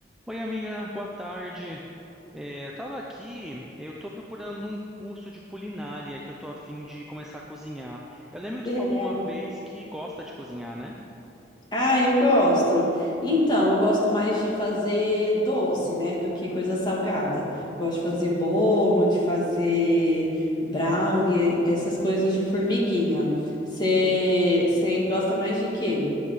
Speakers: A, in the centre; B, on the left (about 25°).
A: Oi, amiga, boa tarde. É, tava aqui, eu tô procurando um curso de culinária que eu tô a fim de começar a cozinhar. Eu lembro que
B: Que
A: tu
B: legal.
A: falou uma vez que gosta de cozinhar, né?
B: Ah, eu gosto. Então, eu gosto mais de fazer doce, né, do que coisa salgada. Gosto de fazer bolo, de fazer brownie, essas coisas de formiguinha. Você gosta mais de quê?